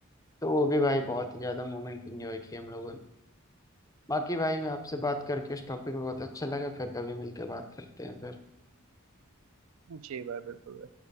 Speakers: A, on the left; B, on the right.
A: तो वो भी भाई बहुत ही ज्यादा मोमेंट इंजॉय किए हम लोगों ने बाकी भाई आपसे बात करके इस टॉपिक पे बहुत अच्छा लगा फिर कभी मिलकर बात करते हैं फिर
B: जी भाई बिल्कुल भाई।